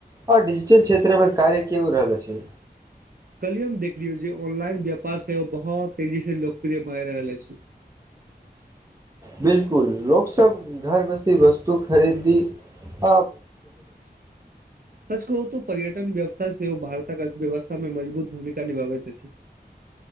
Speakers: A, on the right; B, on the right.
A: आ डिजिटल क्षेत्रमे कार्य कयो रहल अछि।
B: कलियए हम देखलियौ जे ऑनलाइन व्यापार सेहो बहुत तेजी से लोकप्रिय भए रहल अछि।
A: बिलकुल लोक सब घर बसी वस्तु खरीदी। <inaudible>
B: सच कहू तो पर्यटन व्यवसथ से ओ भारतक अर्थव्यवस्था में मजबूत भूमिका निभाबेैत अछि।